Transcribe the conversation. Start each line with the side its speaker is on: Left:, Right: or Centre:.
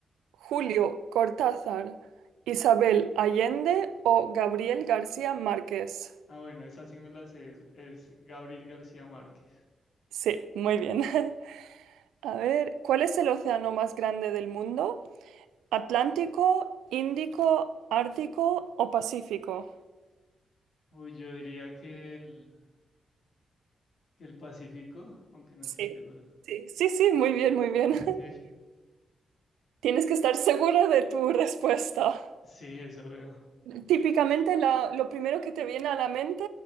Right: Julio Cortázar, Isabel Allende o Gabriel García Márquez.
Left: Ah, bueno, esa sí me la sé. Es, es Gabriel García Márquez.
Right: Sí, muy bien. <laughs> A ver, ¿cuál es el océano más grande del mundo? ¿Atlántico, Índico, Ártico o Pacífico?
Left: Uy, yo diría que el, que el Pacífico, aunque no
Right: Sí,
Left: estoy seguro.
Right: sí, sí, sí, muy bien, muy bien.
Left: Ok.
Right: <laughs> Tienes que estar seguro de tu respuesta.
Left: Sí, eso veo.
Right: Típicamente la- lo primero que te viene a la mente,